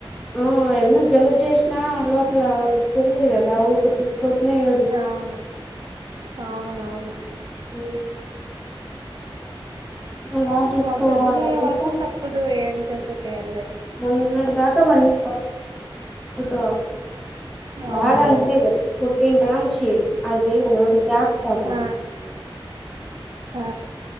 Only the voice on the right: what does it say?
నవును అవునవును
వాళ్ళు పెద్దగా అయ్యే
వరకు తప్పదు ఏం <unintelligible>
అవునులే
ఆ ఆ